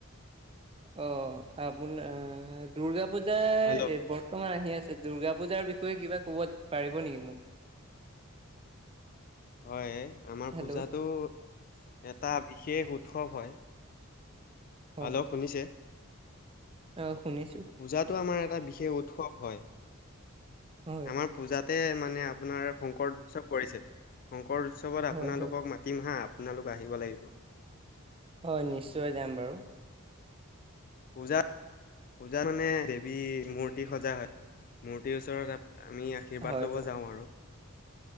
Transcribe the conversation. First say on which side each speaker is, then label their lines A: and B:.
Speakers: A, on the right; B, on the left.
A: অ', আপোনাৰ দুৰ্গা পূজাৰ
B: হেল্ল'
A: এই বৰ অ', আহি আছে, দূৰ্গা পূজাৰ বিষয়ে কিবা ক'ব পাৰিব নেকি মোক?
B: <inaudible> হয়, আমাৰ
A: হেল্ল'
B: পূজাতো এটা বিশেষ উৎসৱ হয়।
A: হয়
B: ভালক শুনিছে?
A: অ', শুনিছোঁ।
B: পূজাটো আমাৰ এটা বিশেষ উৎসৱ হয়।
A: হয়।
B: আমাৰ পূজাতে মানে আ আপোনাৰ শংকৰ উৎসৱ পৰিছে। শংকৰ উৎসৱত
A: হয়
B: আপোনালোকক
A: হয়
B: মাতিম হাঁ। আপোনালোক আহিব লাগিব।
A: হয়, নিশ্চয় যাম বাৰু।
B: পূজা পূজা মানে দেৱীৰ মূৰ্তি সজা হয়। মূৰ্তিৰ ওচৰত আপ, আমি আহি আশীৰ্বাদ
A: হয়
B: ল'ব
A: হয়
B: যাওঁ আৰু